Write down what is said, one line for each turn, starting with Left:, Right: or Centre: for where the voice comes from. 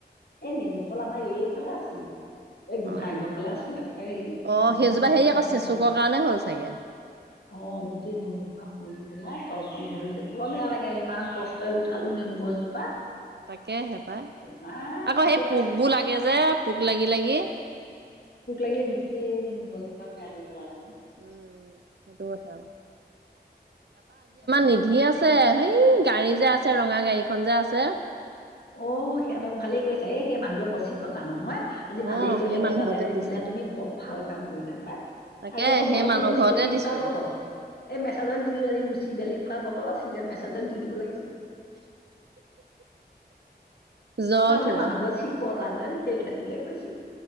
Left: এই নেমু ফল আমাৰ এইফালে আছিলে, এই গোঁসাই
Right: অ'।
Left: ঘৰ ফালে আছিলে। হেৰি বোলো
Right: অ
Left: নহয়
Right: সেইজোপা
Left: লোককে
Right: হেৰি
Left: দি
Right: আকৌ
Left: দিয়া
Right: চেচুকৰ
Left: ভাল
Right: কাৰণে হ'ল চাগে।
Left: অ গোটেই নেমু সোপা হৰি পেলাই তলখন ভৰি যায়, বৰ বেয়া লাগে ইমান কষ্টৰে উঠালো নেমু গছজো
Right: তাকে হে পাই,
Left: নাই
Right: আকৌ
Left: পোকে
Right: সেই
Left: খাইছে
Right: পোকবোৰ লাগে যে পোক লাগি লাগি
Left: পোক লাগি লাগি গোটেই নেমু গছজোপা কৰি বেয়া পেলালে।
Right: উম, সেইটো কথা আৰু।
Left: <inaudible>
Right: নিধিয়ে আ ছে সেই গাড়ী যে আছে ৰঙা গাড়ীখন যে আছে।
Left: অ সিহঁতক ভালেই কৈছা এই সেই মানুহৰ বৰ চিকতা নহয়। আজি ভালেই
Right: অ',
Left: কৰিলা
Right: সেই
Left: তেওঁ
Right: মানুহতে
Left: তাতে যে
Right: দিছো।
Left: দিলা, তুমি বৰ ভাল কাম কৰিলা পাই।
Right: তাকে
Left: আজি আকৌ
Right: সেই
Left: বতৰটো
Right: মানুহ
Left: ৰুচি
Right: ঘৰতে
Left: দালি
Right: দিছো
Left: খোৱা বতৰ। এই মেছেজত দি ৰুচি দালি খোৱা বতৰ আছিলে, মেছেজত দি দিব লাগিছিল।
Right: জ্বৰ
Left: তাৰমানে
Right: উঠিব
Left: মানুহ ঘৰ চিকতা যে সেই হেতিকে কৈছো।